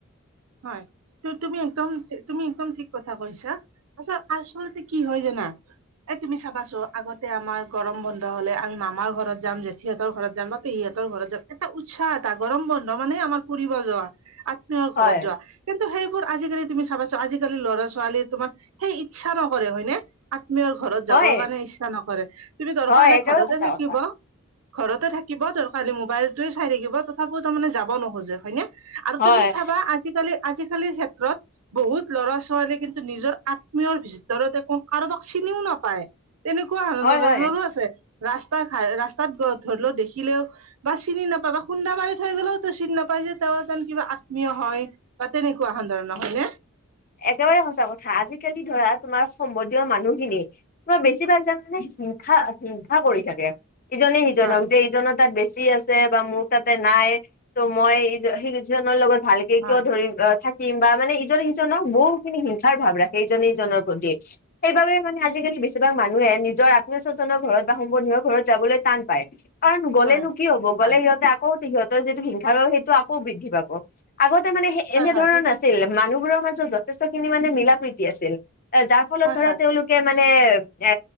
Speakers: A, on the right; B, on the left.
A: হয় তু তুমি একদম তুমি একদম ঠিক কথা কৈছা। আচ্ছা আচলতে কি হয় জানা এই তুমি চাবাচো আগতে আমাৰ গৰম বন্ধ হলে আমি মামাৰ ঘৰত যাম জেঠিহঁতৰ ঘৰত যাম বা সিহঁতৰ ঘৰত যাম এটা উৎসাহ এটা গৰম বন্ধ মানে আমাৰ ফুৰিব যোৱা। আত্মীয় ঘৰত
B: হয়
A: যোৱা কিন্তু সেইবোৰ আজিকালি তুমি চাবাছো আজিকালি ল'ৰা ছোৱালীয়ে তোমাৰ সেই ইচ্ছা নকৰে হয়নে। আত্মীয়ৰ ঘৰত
B: হয়
A: যাবৰ কাৰণে ইচ্ছা নকৰে তুমি দৰকাৰ
B: হয়
A: হলে
B: একেবাৰে
A: ঘৰতে
B: সঁচা
A: থাকিব।
B: কথা
A: ঘৰতে থাকিব ত মোবাইলটোৱে চাই থাকিব তথাপিও তাৰমানে যাব নোখোজে হয়নে আৰু
B: হয়
A: তুমি চাবা আজিকালি আজিকালিৰ ক্ষেত্ৰত বহুত লৰা ছোৱালীয়ে কিন্তু নিজৰ আত্মীয়ৰ ভিতৰত একো কাৰোবাক চিনিও নাপায়। তেনেকুৱা ন
B: হয়
A: ন
B: হয়
A: ৰো আছে ৰাস্তাই ৰাস্তাত ধৰি ল দেখিলেও বা চিনি নাপায় বা খুন্দা মাৰি থৈ গ'লেওতো চিনি নাপাই যে তেওঁ এজন কিবা আত- আত্মীয় হয় বা তেনেকুৱা ধৰণৰ হয় নে
B: একেবাৰে সঁচা কথা আজিকালি ধৰা তোমাৰ সম্বন্ধীয় মানুহখিনি বেছিভাগ জানানে হিংসা হিংসা কৰি থাকে ইজনে সিজনক
A: হয়
B: যে ইজনৰ তাত বেছি আছে বা মোৰ তাতে নাই ত' মই সেইজনৰ লগত ভাল কিয়
A: হয়
B: ধৰিম থাকিম বা মানে ইজনে সিজনক বহু খিনি হিংসাৰ ভাৱ ৰাখে ইজনে সিজনৰ প্ৰতি। সেইবাবে মানে আজিকালি বেছিভাগ মানুহে নিজৰ আত্মীয় স্বজনৰ ঘৰত বা সম্বন্ধীয় ঘৰত যাবলৈ টান পায়। কাৰণ গ'লেনো
A: হয়
B: কি হ'ব
A: হয়
B: গ'লে সিহঁতে আকৌ সিহঁতৰ যিটো হিংসাৰ ভাব সেইটো আকৌ বৃদ্ধি পাব আগতে মানে
A: হয়
B: এনেধৰণৰ
A: হয়
B: নাছিল মানুহবোৰৰ মাজত যথেষ্ট খিনি মানে মিলা প্ৰতি আছিল যাৰ ফলত
A: হয়
B: ধৰা
A: হয়
B: তেওঁলোক মানে এ